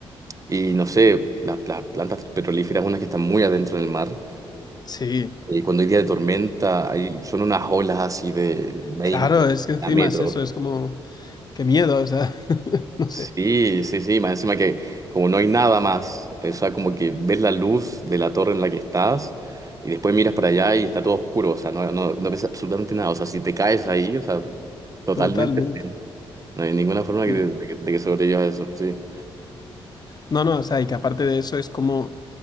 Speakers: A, on the right (about 30°); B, on the left (about 35°).
A: Y no sé, las, las plantas petrolíferas, unas que están muy adentro en el mar,
B: sí.
A: eh, cuando hay día de tormenta, hay, son unas olas así de 20
B: Claro, es que encima
A: a metros,
B: es eso, es como... Qué miedo, o sea, <laughs> no sé,
A: Sí, sí, sí, más encima que como no hay nada más, o sea, como que ves la luz de la torre en la que estás y después miras para allá y está todo oscuro, o sea, no, no, no ves absolutamente nada, o sea, si te caes ahí, o sea, totalmente,
B: totalmente.
A: no hay ninguna forma que-
B: Mm.
A: de, que de que sobrevivas a eso, sí.
B: No, no, o sea, y que aparte de eso es como,